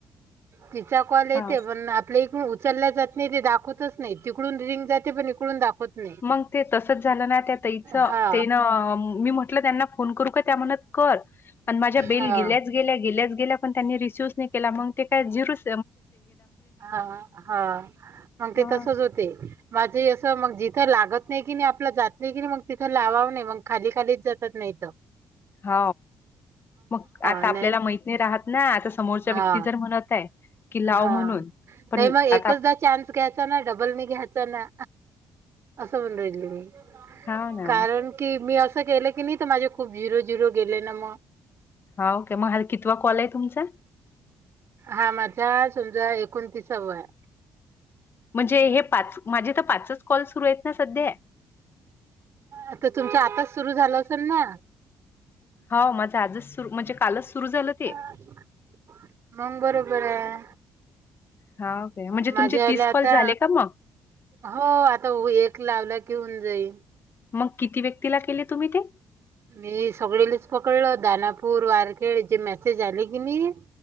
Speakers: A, on the right (about 55°); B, on the left (about 45°).
A: तिचा कॉल येते
B: हा
A: पण आपल्या इकडून उचलल्या जात नाही ते दाखवतच नाही तिकडून रिंग जाते पण इकडून दाखवत नाही
B: मग ते तसच झालं ना त्या ताईच
A: हा
B: तेनं मी म्हटलं त्यांना फोन करू का ते म्हणल्या कर पण माझ्या बेल
A: हा
B: गेल्या गे गेण त्यांनी रिसीव्ह नाही केला मग ते काय झीरोच
A: हा हा मग ते
B: हा.
A: तसच होते. माझं असं मग जिथं लागत नाही की नाही आपलं जात नाही की नाही मग तिथं लावावं नाही मग खाली खालीच जातात नाहीत. <unintelligible>
B: हो मग आता
A: नाही
B: आपल्याला माैत्री राहात ना आता समोरचा
A: हा
B: व्यक्ती जर म्हणत आहे. कि लाव
A: हा
B: म्हणून पण
A: नाही मग एकचदा
B: आता आप
A: चान्स घ्यायचा ना डबल न घ्यायचा ना. असं म्हण राहिल मी
B: हा ना.
A: कारण की मी असं गेले की नाही तर माझे खूप झिरो झिरो गेले ना मग.
B: हा ओके मग कितवा कॉल आहे तुमचा?
A: हा माझा समजा एकोण तीसावा आहे.
B: म्हणजे हे पाच माझे तर पाच कॉल सुरू आहेत ना सध्या
A: आता तुमच्या आताच सुरु झालं असेल ना?
B: हो माझं आजच सुरू म्हणजे कालच सुरु झालं ते.
A: <inaudible> मंग बरोबर आहे.
B: हा काय म्हणजे
A: माझ्या
B: तुमचे
A: आईला
B: तीस कॉल
A: आता
B: झाले का मग?
A: हो आता एक लावला की होऊन जाईन.
B: मग किती व्यक्तीला केले तुम्ही ते?
A: मी सगळेच पकडलो दानापूर, वारखेड जे मेसेज आले की नाही?